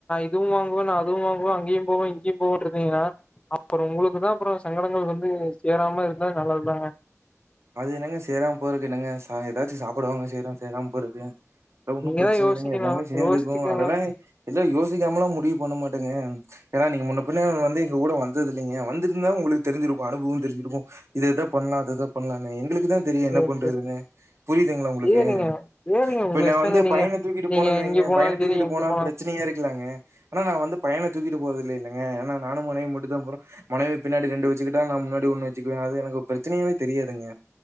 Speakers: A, on the left; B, on the right.
A: இதுவும் வாங்குவேன் நான் அதுவும் வாங்குவேன் அங்கேயும் போவேன் இங்கேயும் போவ இருந்தீங்கன்னா அப்புறம் உங்களுக்கு தான் அப்புறம் சங்கடங்கள் வந்து சேராம இருந்த நல்லாிருறாங்க
B: அது என்னங்க சேரா போறக்கு என்னங்க ச ஏதாச்சும் சாப்படுவாங்க சேறான் சேரா போறக்கு எாம் ஒன்னு
A: நீங்க
B: பிரச்சன
A: தா யோசிக்கணு
B: இல்லைங்க எல்லாமே சேர்ந்துக்கு
A: யோசிச்சுக்கங்க
B: அதெல்லா எத யோசிக்காமல்லா முடிவு பண்ண மாட்டேங்க ஏன்னா நீங்க முன்ன பின்ன வந்து எங்க கூட வந்தது இல்லைங்க வந்திருந்தா உங்களுக்கு தெரிஞ்சிருக்கு அனுபவ தெரிஞ்சிருக்கு இதது எதா பண்ணலா அத பண்ணனா யெங்களுக்கு அதா தெரியு என்ன
A: சேரி
B: பண்றதுன்னு
A: சேரி
B: புரியுதுங்ளா உங்ளுக்கு
A: சேரிங்க சேரிங்க உங்க
B: பின்னவந்து
A: இஷ்டங்க நீங்க
B: பயன தூக்கிட்டு
A: நீங்க
B: போனன்வைங்க
A: இங்க போனாலு
B: தூக்கிட்டு
A: சரி எங்க
B: போனா
A: போனாலு
B: பிரச்சனயாருக்ளங்க ஆனா நா வந்து பயன தூக்கிட்டு போறதில்லல ன்னா நானு மனைவி மட்டுதா போறோ மனவி பின்னாடி ரெண்டு வச்சுக்கிட்டா நா முன்னாடி ஒண்ணு வச்சுக்குவே அது யெனக்கு பிரச்சனயாவே தெரியாதுங்க